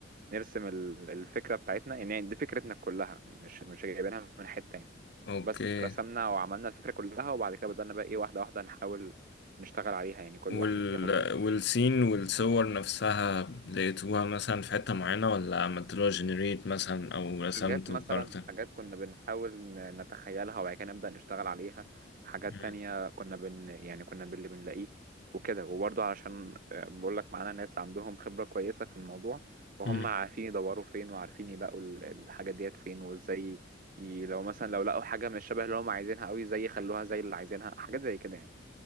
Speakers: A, on the right; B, on the left.
A: نرسم ال- الفكرة بتاعتنا يعني يعني دي فكرتنا كلها مش مش جايبينها من حتة يعني
B: اوكي
A: بس رسمنا وعملنا الفكرة كلها وبعد كده بدأنا بقى ايه واحدة واحدة نحاول نشتغل عليها يعني كل
B: وال
A: واحد ياخد جزء
B: والسين والصور نفسها لقيتوها مثلا في حتة معينة ولا عملتلوها جنريت مثلا او رسمتوا
A: حاجات مثلا
B: كاركتر
A: حاجات كنا بنحاول ن- نتخيلها وبعد كده نبدأ نشتغل عليها حاجات
B: مم.
A: تانية كنا بن يعني كنا باللي بنلاقيه وكده وبرضه علشان آه، بقول لك معانا ناس عندهم خبرة كويسة في الموضوع فهم
B: مم.
A: عارفين يدوروا فين وعارفين يلاقوا ال- الحاجة ديت فين وازاي ي- لو مثلا لو لقوا حاجة مش شبه اللي هم عايزينها قوي زي يخلوها زي اللي عايزينها حاجات زي كده يعني